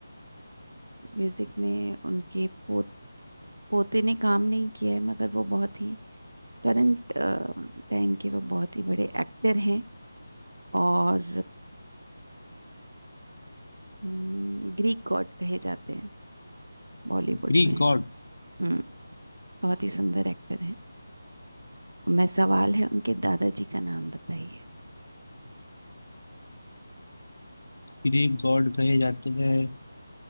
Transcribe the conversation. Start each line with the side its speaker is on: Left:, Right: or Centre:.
Right: म्यूजिक में उनके पो, पोते ने काम नहीं किया है मगर वो बहुत ही करंट टाइम के वो बहुत ही बड़े एक्टर हैं और ग्रीक गॉड कहे जाते हैं बॉलीवुड
Left: Greek
Right: में
Left: god
Right: हम्म बहुत ही सुंदर एक्टर हैं मैं सवाल है उनके दादाजी का नाम बताइए
Left: ग्रीक गॉड कहे जाते हैं